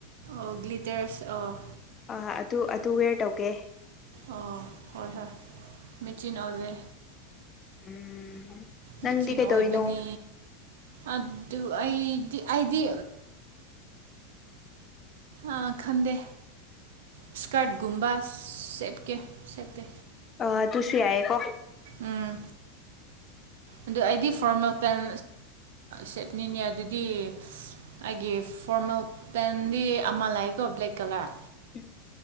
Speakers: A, on the right; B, on the left.
A: ꯑꯣ ꯒ꯭ꯂꯤꯇꯔꯁ ꯑꯣ
B: ꯑ ꯑꯗꯨ ꯑꯗꯨ ꯋꯦꯌꯔ ꯇꯧꯒꯦ
A: ꯑꯣ ꯍꯣꯏ ꯍꯣꯏ ꯃꯦꯆꯤꯟ ꯑꯣꯏꯦ
B: ꯎꯝ ꯅꯪꯗꯤ
A: ꯃꯦꯆꯤꯟ
B: ꯀꯩꯗꯧꯔꯤꯅꯣ
A: ꯑꯣꯏꯕꯅꯤ ꯑꯗꯨ ꯑꯩꯗꯤ ꯑꯩꯗꯤ ꯑ ꯈꯟꯗꯦ ꯏꯁꯀꯔꯠꯒꯨꯝꯕ ꯁꯀꯦ ꯁꯀꯦ
B: ꯑ ꯇꯨꯁꯨ ꯍꯥꯏ ꯀꯣ
A: ꯎꯝ ꯑꯗꯨ ꯑꯩꯗꯤ ꯐꯣꯔꯃꯦꯜ ꯄꯦꯟ ꯁꯦꯠꯅꯤꯅꯦ ꯑꯗꯨꯗꯤ ꯑꯩꯒꯤ ꯐꯣꯔꯃꯦꯜ ꯄꯦꯟꯗꯤ ꯑꯃ ꯂꯥꯛꯏꯀꯣ ꯕ꯭ꯂꯦꯛ ꯀꯂꯔ
B: ꯎꯝ